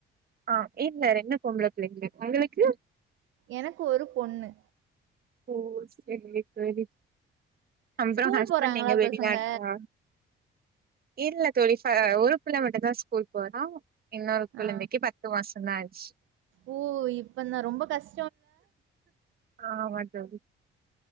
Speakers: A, on the right; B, on the right.
A: ஆ இல்ல ரெண்டு பொம்பள பிள்ளைங்களு உங்களுக்கு
B: எனக்கு ஒரு பொண்ணு
A: ஓ செர்ரி செரி அம்றோ
B: ஸ்கூல்
A: ஹஸ்பென்ட்
B: போறாங்களா
A: எங்க வெளிநா
B: பசங்க
A: டா இல்ல தோழி ஃப ஒரு பிள்ள மட்டுதா ஸ்கூல் போறா இன்னொரு குழந்தைக்கு
B: ஆ
A: பத்து மாசதா ஆச்சு
B: ஓ இப்ப நா ரொம்ப கஷ்
A: ஆமாங்க தோழி